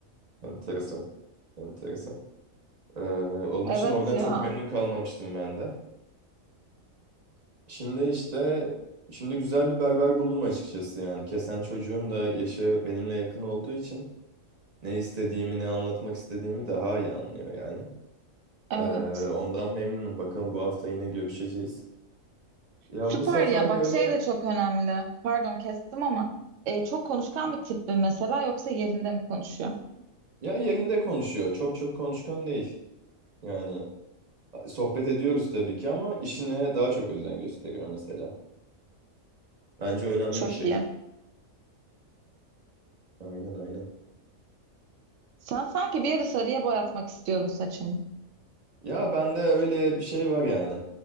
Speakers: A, on the right; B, on the right.
A: Enteresan. Enteresan. Ee, onun
B: evet
A: için oradan
B: ya.
A: çok memnun kalmamıştım ben de. Şimdi işte şimdi güzel bir berber buldum açıkçası yani. Kesen çocuğun da yaşı benimle yakın olduğu için ne istediğimi ne anlatmak istediğimi daha iyi anlıyor yani.
B: Evet.
A: Ee, ondan memnunum. Bakalım bu hafta yine görüşeceğiz. Ya
B: Süper
A: bu sefer
B: ya. Bak
A: böyle
B: şey de çok önemli. Pardon kestim ama e, çok konuşkan bir tip mi mesela yoksa yerinde mi konuşuyor?
A: ya yerinde konuşuyor. Çok çok konuşkan değil. Yani sohbet ediyoruz tabii ki ama işine daha çok özen gösteriyor mesela. Bence önemli
B: Çok
A: bir şey.
B: iyi.
A: Aynen aynen.
B: Sen sanki bir yeri sarıya boyatmak istiyordun saçını.
A: Ya bende öyle bir şey var yani.